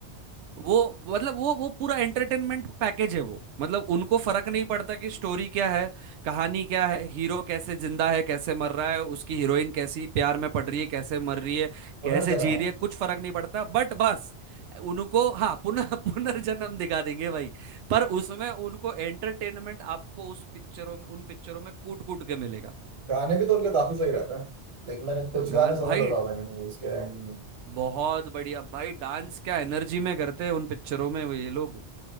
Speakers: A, on the right; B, on the right.
A: वो मतलब वो वो पूरा एंटरटेनमेंट पैकेज है वो मतलब उनको फर्क नहीं पड़ता कि स्टोरी क्या है कहानी क्या है हीरो कैसे जिंदा है कैसे मर रहा है उसकी हीरोइन कैसी प्यार में पड़ रही है कैसे मर रही है
B: पुनर्जन्म
A: कैसे जी रही है कुछ फर्क नहीं पड़ता बट बस उनको हाँ पुनः <laughs> पुनर्जन्म दिखा देंगे भाई पर उसमें उनको एंटरटेनमेंट आपको उस पिक्चरों में उन पिक्चरों में कूट कूट के मिलेगा
B: गाने भी तो उनके काफी सही रहते हैं लेकिन मैंने कुछ गाने
A: गान
B: सुने
A: भाई
B: तो था मैंने मूवीज के and-
A: बहुत बढ़िया भाई डांस क्या एनर्जी में करते हैं उन पिक्चरों में वो ये लोग